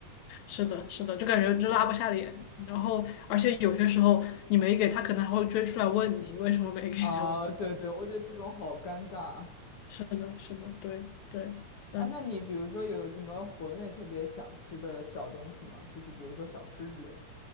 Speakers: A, on the left (about 75°); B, on the left (about 55°).
A: 是的，是的，就感觉就拉不下脸，然后而且有些时候你没给他，可能还会追出来问你你为什么没给，
B: 啊、
A: 交？
B: 对对，我觉得这种好尴尬啊。
A: <laughs> 是的，是的，对对。嗯。
B: 啊，那你比如说有什么国内特别想吃的小东西吗？就是比如说小吃之类的。